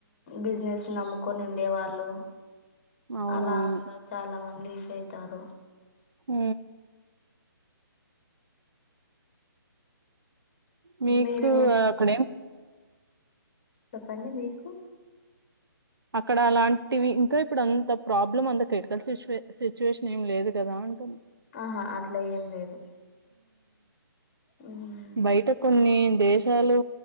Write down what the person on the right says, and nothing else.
అవునవును
హ మీకు
అక్కడ
అక్కడ అలాంటివి ఇంకా ఇప్పుడు అంత ప్రాబ్లం అంత క్రిటికల్ సిచువే సిచ్యువేషన్ ఏం లేదు కదా అంటు
బయట కొన్ని దేశాలు